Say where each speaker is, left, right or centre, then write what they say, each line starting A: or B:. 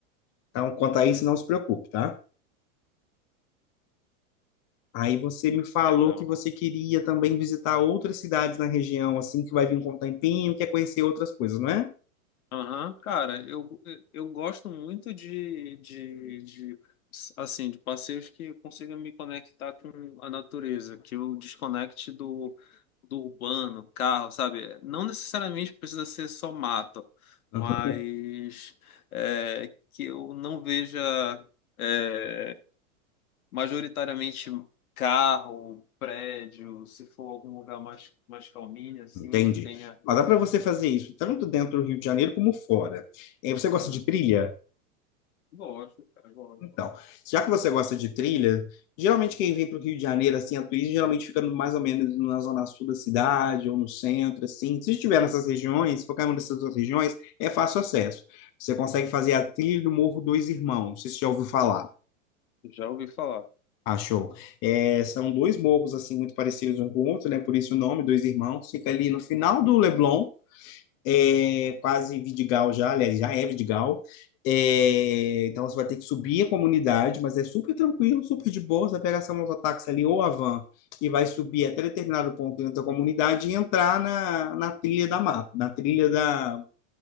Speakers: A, on the left; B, on the left.
A: Então, quanto a isso, não se preocupe, tá? Aí você me falou
B: Legal.
A: que você queria também visitar outras cidades na região, assim, que vai vir com o tempinho, quer conhecer outras coisas, não é?
B: Aham, cara, eu, eu gosto muito de, de, de, assim, de passeios que consigam me conectar com a natureza, que eu desconecte do, do urbano, carro, sabe? Não necessariamente precisa ser só mato,
A: Aham,
B: mas é, que eu não veja é, majoritariamente carro, prédio, se for algum lugar mais, mais calminho, assim,
A: Entendi.
B: que tenha...
A: Mas dá para você fazer isso tanto dentro do Rio de Janeiro como fora. Eh, Você gosta
B: Aham.
A: de trilha?
B: Gosto, cara, gosto.
A: Então, já que você gosta de trilha, geralmente quem vem para o Rio de Janeiro, assim, a turismo, geralmente fica no- mais ou menos na zona sul da cidade ou no centro, assim. Se estiver nessas regiões, qualquer uma dessas duas regiões, é fácil acesso. Você consegue fazer a trilha do Morro dos Irmãos, se você já ouviu falar.
B: Já ouvi falar.
A: Achou. É, são dois morros, assim, muito parecidos um com o outro, né? Por isso o nome, Dois Irmãos. Fica ali no final do Leblon, é quase Vidigal já, aliás, já é Vidigal. É, então você vai ter que subir a comunidade, mas é super tranquilo, super de boa. Você pega essa mototáxi ali ou a van e vai subir até determinado ponto dentro da comunidade e entrar na, na trilha da mata, na trilha da